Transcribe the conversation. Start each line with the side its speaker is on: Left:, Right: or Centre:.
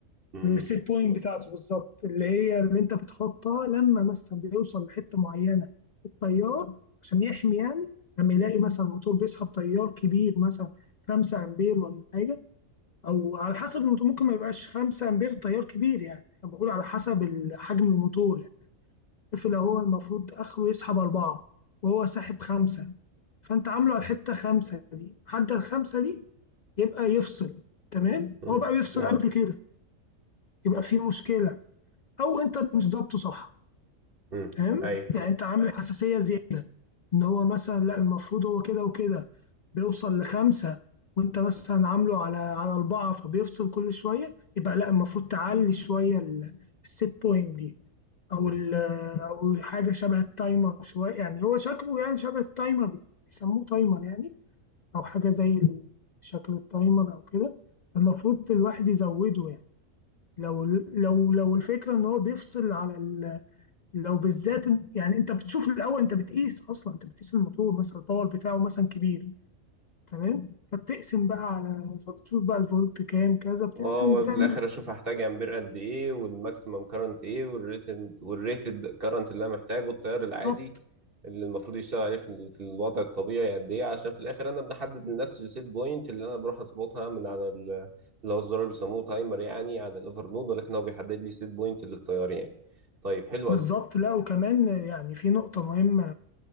Right: امم
Left: السيت بوينت بتاعته بالظبط اللي هي اللي انت بتحطها لما مثلا بيوصل لحته معينه التيار عشان يحمي يعني لما يلاقي مثلا الموتور بيسحب تيار كبير مثلا 5 امبير ولا حاجه او على حسب الموتور ممكن ما يبقاش 5 امبير تيار كبير يعني انا بقول على حسب ال- حجم الموتور يعني الطفل هو المفروض اخره يسحب أربعة وهو ساحب خمسة فانت عامله على الحتة خمسة دي عدى الخمسة دي يبقى يفصل تمام
Right: امم
Left: هو بقى بيفصل
Right: اه
Left: قبل كده يبقى في مشكلة او انت مش ظابطه صح
Right: امم
Left: فاهم
Right: ايوه
Left: يعني انت عامل حساسيه زياده ان هو مثلا لا المفروض هو كده وكده بيوصل لخمسه وانت مثلا عامله على على اربعه فبيفصل كل شويه يبقى لا المفروض تعلي شويه ال- الست بوينت دي او
Right: ايوه
Left: ال- او حاجه شبه التايمر شويه يعني هو شكله يعني شبه التايمر بت- بيسموه تايمر يعني او حاجه زي شكل التايمر او كده المفروض الواحد يزوده يعني لو لو لو الفكره ان هو بيفصل على لو بالذات يعني انت بتشوف الاول انت بتقيس اصلا انت بتقيس الموتور مثلا الباور بتاعه مثلا كبير تمام فبتقسم بقى على فبتشوف بقى الفولت كام كذا بتقسم
Right: اه وفي
Left: بتعمل
Right: الاخر اشوف هحتاج امبير قد ايه والماكسيمم كارنت ايه والريتد والريتد كارنت اللي انا محتاجه التيار العادي
Left: بالظبط
Right: اللي المفروض يشتغل عليه في, ال- في الوضع الطبيعي قد ايه عشان في الاخر انا بحدد لنفسي السيت بوينت اللي انا بروح اظبطها من على ال- اللي هو الزرار اللي بيسموه تايمر يعني على الاوفر نود ولكن هو بيحدد لي سيت بوينت للتيار يعني طيب حلو
Left: بالظبط
Right: قوي
Left: لا وكمان يعني في نقطة مهمة